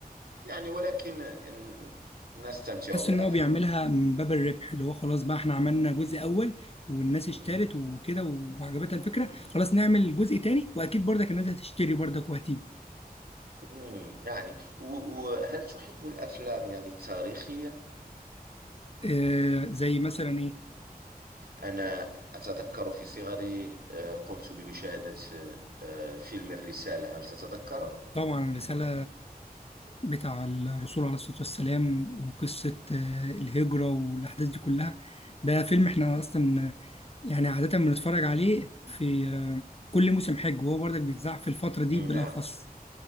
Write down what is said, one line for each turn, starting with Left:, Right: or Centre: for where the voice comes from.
Right: يعني ولكن ن- نستمتع
Left: تحس
Right: بالأفلام
Left: ان هو بيعملها من باب الربح اللي هو خلاص بقى احنا عملنا جزء اول والناس
Right: مم.
Left: اشترت وكده وعجبتها الفكره
Right: مم.
Left: خلاص نعمل جزء تاني واكيد برضك الناس هتشتري برضك وهتيجي
Right: مم. يعني و- وهل تحب الأفلام يعني التاريخية؟
Left: آه زي مثلا ايه
Right: أنا أتذكر في صغري آه، قمت بمشاهدة آه، فيلم الرسالة هل تتذكره؟
Left: طبعا الرساله بتاع الرسول عليه الصلاه والسلام وقصه آه الهجره والاحداث دي كلها ده فيلم احنا اصلا يعني عاده بنتفرج عليه في آه كل موسم حج وهو برضك بيتذاع في الفتره دي بالاخص
Right: نعم